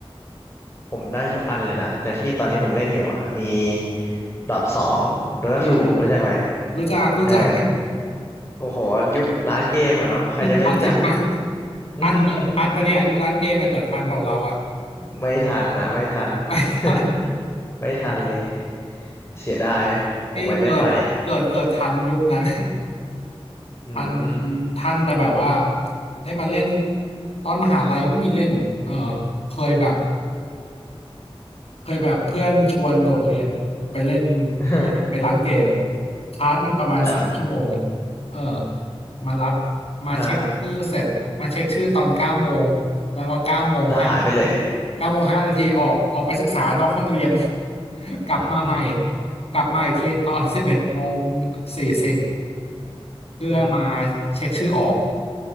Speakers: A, on the left (about 25°); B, on the left (about 75°).
A: ผมได้ทุกอันเลยนะแต่ที่ตอนนี้ผมเล่นอยู่อ่ะมีดอทสองโดตาทูรู้จักไหม
B: อืมอืมอืมรู้จักรู้จัก
A: เออ
B: <laughs>
A: โอ้โหยุคร้านเกมอ่ะเนาะใครจะไม่รู้จัก
B: คลาสสิกมาก
A: <laughs>
B: ทันเกิดทันปะเนี่ยยุคร้านเกมอะเกิดทันเปล่าเราอะ
A: ไม่ทันอ่ะไม่ทัน
B: ไม่ทัน
A: <laughs> ไม่ทันเลยเสียดายผมผมไม่ได้ไป
B: พี่เกิดเกิดเกิดทันยุคนั้น
A: อืม
B: <laughs> ทันทันแต่แบบว่าได้มาเล่นตอนมหาลัยก็มีเล่นเออเคยแบบ เคยแบบเพื่อนชวนโดดเรียนไปเล่น
A: <laughs>
B: เกมไปร้านเกมชาร์จมันประมาณสามชั่วโมง
A: แล้ว
B: เออมารับมาเช็คชื่อเสร็จมาเช็คชื่อตอนเก้าโมงแล้วก็เก้าโมงห้านาที
A: ฮะแล้วหายไปเลย
B: เก้าโมงห้านาทีออกออกไปศึกษานอกห้องเรียน <laughs> กลับมาใหม่
A: <laughs> อืม
B: กลับมาอีกทีตอนสิบเอ็ดโมงสี่สิบเพื่อมา
A: อหืม
B: เช็คชื่อออก